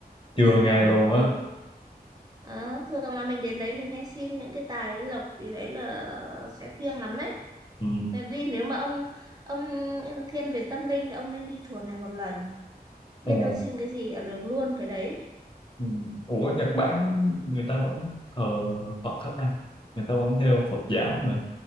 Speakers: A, on the right; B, on the left.
A: đấy
B: chưa
A: bảo
B: nghe luôn
A: thường
B: á
A: Đó, thường là mình đến đấy mình hay xin những cái tài cái lộc gì đấy là sẽ thiêng lắm đấy
B: ừ.
A: Tại vì nếu mà ông ông thiên về tâm linh thì ông nên đi chùa này một lần, biết
B: Ồ,
A: đâu xin cái gì là được luôn cái đấy.
B: ừ. ủa Nhật Bản người ta vẫn thờ Phật hết ta người ta vẫn theo Phật giáo
A: Ừ.
B: mà